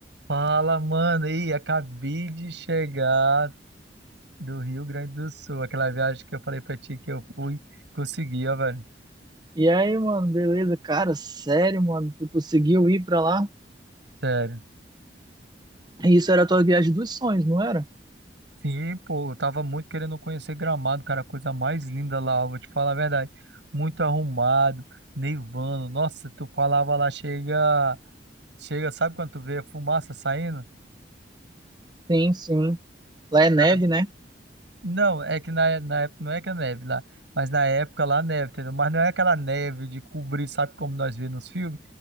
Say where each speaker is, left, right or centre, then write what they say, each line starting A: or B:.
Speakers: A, on the right (about 85°); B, on the right (about 25°).
A: Fala, mano. Ih, acabei de chegar do Rio Grande do Sul. Aquela viagem que eu falei pra ti que eu fui, consegui, ó, velho.
B: E aí, mano, beleza? Cara, sério, mano, tu conseguiu ir pra lá?
A: Sério.
B: Isso era a tua viagem dos sonhos, não era?
A: Sim, pô, eu tava muito querendo conhecer Gramado, cara. A coisa mais linda lá, eu vou te falar a verdade. Muito arrumado, nevando. Nossa, tu falava lá, chega. Chega, sabe quando tu vê a fumaça saindo?
B: Sim, sim. Lá é neve,
A: Cara,
B: né?
A: Não, é que na, na época não é que é neve lá, mas na época lá neve, entendeu? Mas não é aquela neve de cobrir, sabe como nós vemos nos filmes?